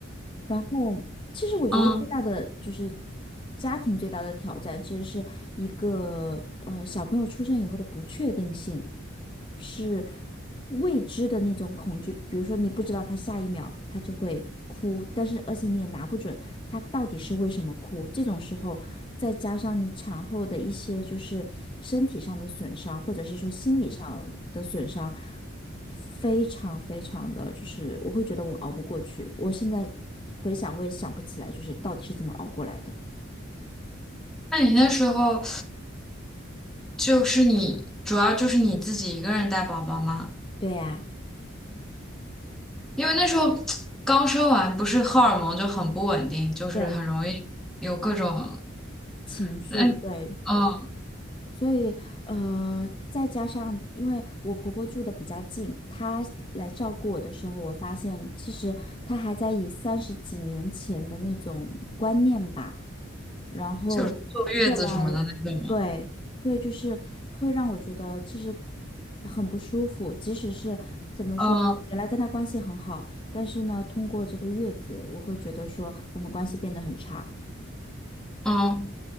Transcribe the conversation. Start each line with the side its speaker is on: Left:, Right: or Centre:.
Left: 然后，其实我觉得最大的就是
Centre: 嗯，
Left: 家庭最大的挑战，其实是一个呃小朋友出生以后的不确定性。是未知的那种恐惧，比如说你不知道他下一秒他就会哭，但是而且你也拿不准他到底是为什么哭。这种时候，再加上你产后的一些就是身体上的损伤，或者是说心理上的损伤，非常非常的就是我会觉得我熬不过去。我现在回想，我也想不起来就是到底是怎么熬过来的。
Centre: 那你那时候就是你主要就是你自己一个人带宝宝吗？
Left: 对呀。
Centre: 因为那时候刚生完，不是荷尔蒙就很不稳定，就是很容易有各种，
Left: 对，情绪，
Centre: 嗯嗯，
Left: 对，所以，呃，再加上因为我婆婆住的比较近，她来照顾我的时候，我发现其实她还在以三十几年前的那种观念吧，然后过来，
Centre: 就是坐月子什么的那种嘛，
Left: 对，所以就是会让我觉得其实很不舒服。即使是怎么说，
Centre: 嗯
Left: 原来跟她关系很好，但是呢，通过这个月子，我会觉得说我们关系变得很差。
Centre: 嗯，